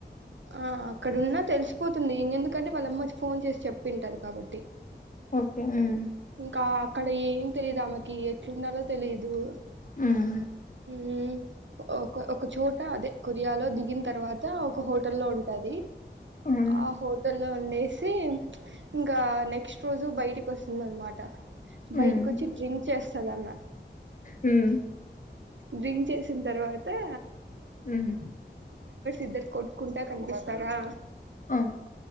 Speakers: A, on the right; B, on the left.
A: ఆ అక్కడున్నా తెలిసిపోతుంది ఇంగ ఎందుకంటే వాళ్ళమ్మకి ఫోన్ చేసి చెప్పింటాది కాబట్టి
B: ఓకే హ్మ్
A: ఇంకా అక్కడ ఏం తెలీదు ఆమెకి ఎట్లుండాలో తెలీద్ ఓ
B: హ్మ్.
A: మ్మ్ ఒక ఒక చోట అదే కొరియాలో దిగిన్ తర్వాత ఒక హో టల్లో ఉంటాది
B: హ్మ్.
A: ఆ హోటల్ టలో ఉండేసి, ఇంగా నెక్స్ట్ రోజు బయటికి వస్తుందన్మాట. బయటికొచ్చి
B: హ్మ్.
A: డ్రింక్ చేస్తదన్న
B: హ్మ్.
A: డ్రింక్ చేసిన తర్వాతా
B: హ్మ్
A: ఇద్దర్ కొట్ కుంట కనిపిస్తారా?
B: ఆ!